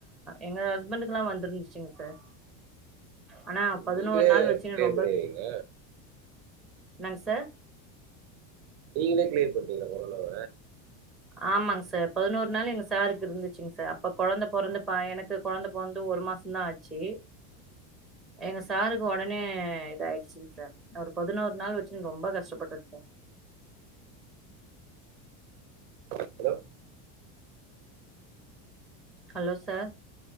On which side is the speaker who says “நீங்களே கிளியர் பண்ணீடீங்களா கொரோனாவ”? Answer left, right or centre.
Right